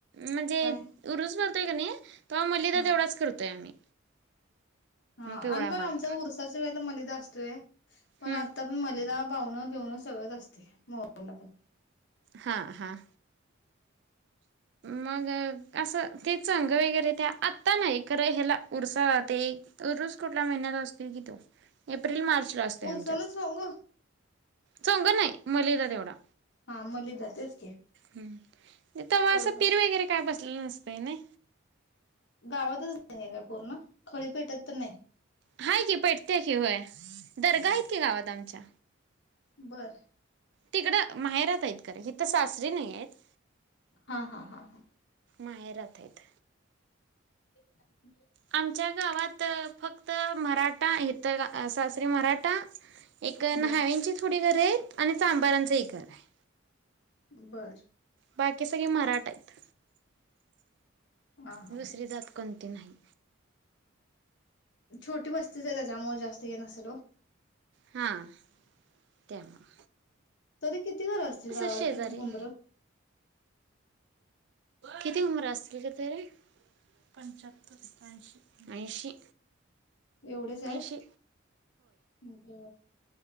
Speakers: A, on the right (about 55°); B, on the left (about 55°).
A: म्हणजे?
B: काय
A: उरुस भरतोय कि नाही तेव्हा मलिदा
B: हा
A: तेवढाच करतोय आम्ही.
B: हा
A: पिवळा
B: आणि पण
A: भात
B: आमच्या उरसाच्या वेळेला मलदा असतोय. पण
A: हम्म.
B: आता ण मलेदा पावन बिवणं सगळंच असतंय. मोहरम ला पण.
A: हा हा. मग असं तेच चंग वगैरे त्या आत्ता नाही खरं ह्याला उरसा ला ते उरूस कुठला महिन्यात असतील कि तो? एप्रिल मार्च ला असतो
B: उरसालाच
A: आमच्यात.
B: हो ग
A: चोगं नाही मलीदा तेवढा.
B: हा मलदा तेच की.
A: हम्म तवा
B: तेवढंच
A: असं पीर
B: असत
A: वगैरे काय बसलेलं नसतंय न‌इ.
B: गावातच नाही काय पूर्ण? खळी पेटत तेन नाही.
A: हाय की. पेटतेय की होय. दर्गा आहेत की गावात आमच्या.
B: बरं.
A: तिकडं माहेरात आहेत खरं हिकडं सासरी नाही आहेत.
B: हा हा हा हा.
A: माहेरात आहीत.
B: <inaudible>
A: आमच्या गावात फक्त मराठा इथ सासरी मराठा एक नवी्यांंची
B: बर
A: थोडी घरं आहेत आणि चांबारांचं एक घर आहे.
B: बरं.
A: बाकी सगळी मराठा आहेत.
B: हा हा
A: दुसरी जात कोणती नाही.
B: छोटी बस्तीच त्याच्यामुळे जास्त ये नसल ओ.
A: हां. त्यामुळ.
B: तरी किती घर असतील गावाला
A: शेजारी
B: तुमच्या हुंबरं?
A: किती उमर असतील तिथरे? पंचाहत्तरतऐंशी. ऐंशी.
B: एवढेच आहेत.
A: ऐंशी
B: ब